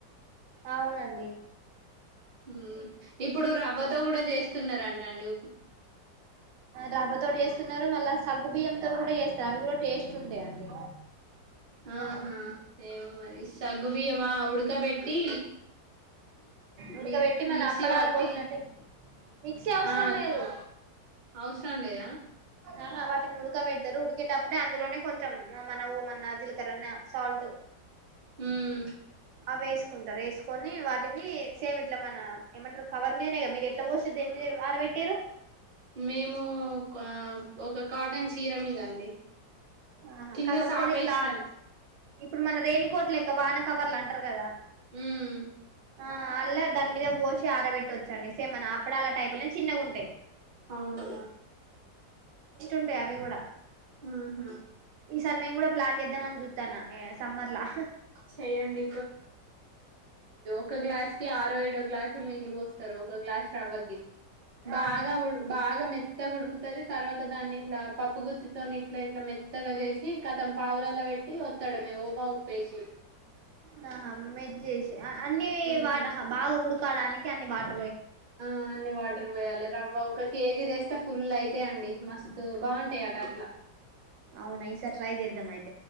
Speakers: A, on the right; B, on the right.
A: అవునండి
B: ఉమ్ ఇప్పుడు రవ్వతో కూడా చేస్తున్నారంట అండి
A: రవ్వ తోటీ చేస్తున్నారు మళ్ళా సగ్గు బియ్యంంతో కూడా చేస్తారు అవి కూడా టేస్ట్ ఉంటాయండి ఉ
B: ఆహా ఏమో మరి సగ్గుబియ్యమా ఉడకబెట్టి
A: ఉడకబెట్టి
B: మి
A: మనం
B: మిక్సీ
A: అప్పడాలి
B: పట్టి
A: పోసినట్టటు మిక్సీ అవసరం
B: ఆ
A: లేదు
B: అవసరం లేద
A: ఆహా వాటిని ఉడకబెడతారు ఉడికేటప్పుడే అందులోనే కొంచెం మన ఓమన్నా జీలకరణ సాల్ట్
B: మ్మ్
A: అ వేసుకుంటారు వేసుకొని వాటిని సేమ్ ఇట్లా మన ఏమంటారు కవర్ మీదనే క మీరు ఎట్లా కోస్తారు దాని మీద ఆర పెట్టిరు
B: మేము ఒక ఒక కాటన్ చీర మీద అండి
A: ఆహా
B: కింద
A: కాకపోతే
B: సాపేసినాం
A: అది క్లా ఇప్పుడు మన రైల్ కోట్లక్క వాన కవర్లు అంటారు కదా
B: మ్మ్
A: ఆ అల్ల దాని మీద పోసి ఆరబెట్టవచ్చండి సేమ్మన అప్పుడలా టైపు ను చిన్నంగుటాయి
B: అవును
A: ఉంటా అవి కూడా
B: ఆహ
A: ఈసారి మేము కూడా ప్లాన్ లేద్దాం జుతాన్నం సమ్మర్లా
B: చెయ్యండి ఒక్క గ్లాస్కి ఆరో ఏడో గ్లాస్ నీళ్ళ పోస్తారు ఒక గ్లాస్ రవ్వకి
A: ఆ
B: బాగా ఉడక బాగా మత్ మెత్తకుడుకుతుంది తర్వాత దాన్ని ఇట్లా పప్పుగుత్తితో ఇట్లా ఇట్లా మెత్తగా చేసి కతం పావులాల్లో పెట్టి వస్తాడమే ఓమా ఉప్పేసి
A: నాహమ్మ్ ద్ చేసే అ అన్ని
B: హ్మ్
A: వాటహ బా వుడుకు తడానికి అన్ని బాట
B: ఆ అన్ని వాటర్ పోయాలి రవ్వ ఒక కేజి దెశ్ స్తే ఫుల్ అయితే అండి మస్త్ తో బాగుంటాయి అట అట్లా
A: అవున ఈసార్ ట్రై చేద్దాం మయితే